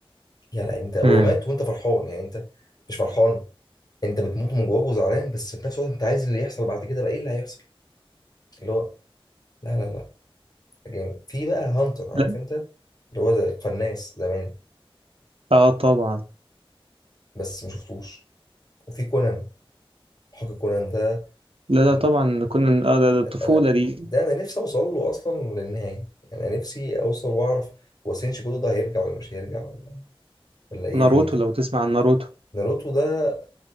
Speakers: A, on the left; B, on the right.
A: يعني لا، انت هو
B: امم
A: مات وانت فرحان يعني انت مش فرحان انت بتموت من جواك وزعلان بس في نفس الوقت انت عايز اللي يحصل بعد كده بقى ايه اللي هيحصل اللي هو لا لا لا جامد في بقى هانتر عارف
B: لا
A: انت اللي هو زي القناص زمان
B: اه طبعا
A: بس ما شفتوش وفي كونان حق كونان ده
B: لا
A: اللي-
B: لا طبعا كنا اه ده ده الطفولة
A: انا
B: دي
A: ده انا نفسي اوصل له اصلا للنهايه يعني انا نفسي اوصل واعرف هو سينشي كودو ده هيرجع ولا مش هيرجع ولا ولا ايه
B: ناروتو
A: دنيته
B: لو تسمع عن ناروتو
A: ناروتو ده